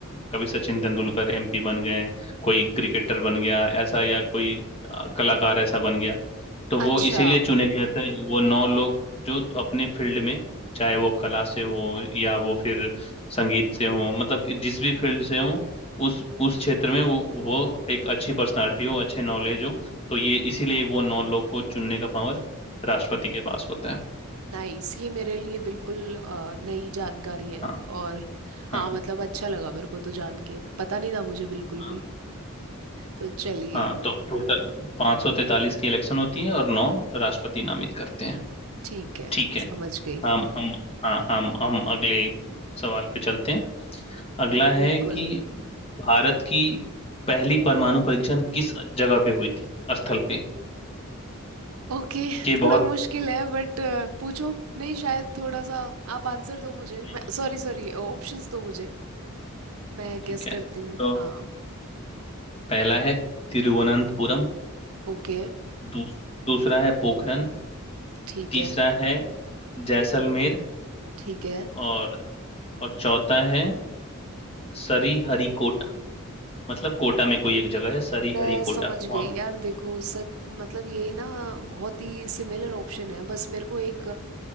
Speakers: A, on the left; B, on the right.
A: कभी सचिन तेंदुलकर एमपी बन गए कोई क्रिकेटर बन गया ऐसा या कोई अ, कलाकार ऐसा बन गया तो वो
B: अच्छा
A: इसीलिए चुने गए थे वो नौ लोग जो अपने फील्ड में चाहे वो कला से हो या वो फिर संगीत से हो मतलब कि जिस भी फील्ड से हो उस उस क्षेत्र में वो वो एक अच्छी पर्सनालिटी हो अच्छे नॉलेज हो तो ये इसीलिए वो नौ लोग को चुनने का पावर राष्ट्रपति के पास होता है
B: नाइस ये मेरे लिए बिल्कुल अ, नई जानकारी है
A: हाँ
B: और हाँ
A: हाँ
B: मतलब अच्छा लगा मेरे को तो जान के पता नहीं था मुझे बिल्कुल
A: हाँ
B: भी तो चलिए
A: हाँ तो टोटल 543 की इलेक्शन होती है और नौ राष्ट्रपति नामित करते हैं
B: ठीक है
A: ठीक है
B: समझ गई
A: हम हम हाँ हम हम अगले सवाल पे चलते हैं अगला
B: बिल्कुल
A: है कि भारत की पहली परमाणु परीक्षण किस जगह पे हुई थी स्थल पे
B: ओके
A: ये बहुत
B: थोड़ा मुश्किल है बट पूछो नहीं शायद थोड़ा सा आप आंसर दो मुझे
A: नहीं,
B: मैं सॉरी सॉरी ऑप्शंस दो मुझे मैं गेस
A: ठीक है
B: करती हूँ
A: तो
B: हाँ
A: पहला है तिरुवनंतपुरम
B: ओके
A: दूस, दूसरा है पोखरन
B: ठीक
A: तीसरा
B: है
A: है जैसलमेर
B: ठीक है
A: और और चौथा है सरीहरिकोटा मतलब कोटा में कोई एक जगह है सरीहरिकोटा
B: मैं समझ
A: वहां
B: गई
A: पे
B: यार देखो सच मतलब ये ना बहुत ही सिमिलर ऑप्शन है बस मेरे को एक